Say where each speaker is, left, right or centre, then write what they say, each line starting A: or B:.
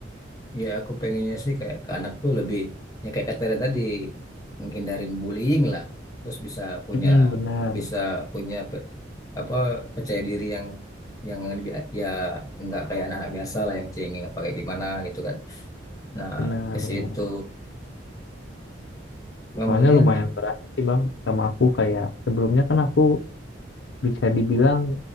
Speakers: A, on the left; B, on the left.
A: ya aku pengennya sih kayak ke anak tuh lebih ya kayak kata Dada tadi menghindarin bullying lah terus bisa punya
B: Mm-mm, benar
A: bisa punya pe- apa percaya diri yang yang lebih ya enggak kayak anak-anak biasa lah yang cengeng apa kayak gimana gitu kan nah
B: benar
A: ke
B: benar
A: situ kemudian
B: soalnya lumayan berasa sih bang sama aku kayak sebelumnya kan aku bisa dibilang